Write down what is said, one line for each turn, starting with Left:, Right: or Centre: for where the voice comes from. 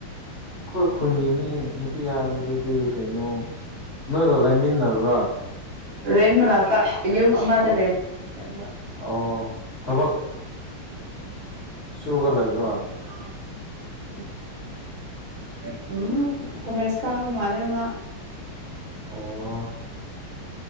Left: ꯑꯩꯈꯣꯏ ꯈꯨꯟꯒꯤ ꯃꯤ ꯅꯨꯄꯤ ꯍꯥꯏꯕꯗꯨꯗꯤ ꯀꯩꯅꯣ꯫ ꯅꯣꯏꯒꯣ ꯂꯩꯃꯤꯟꯅꯕ꯭ꯔꯥ꯫
Right: ꯔꯦꯟ ꯃꯅꯥꯛꯇ ꯌꯨꯝ ꯑꯃꯗ
Left: ꯑꯣ
Right: ꯔꯦꯟ ꯂꯩꯕ
Left: ꯑꯣ ꯊꯕꯛ ꯁꯨꯔꯒ ꯂꯩꯕ꯭ꯔꯣ
Right: <inaudible> ꯎꯝ ꯀꯂꯦꯁ ꯀꯥ ꯃꯥꯂꯦ ꯃꯥ
Left: ꯑꯣ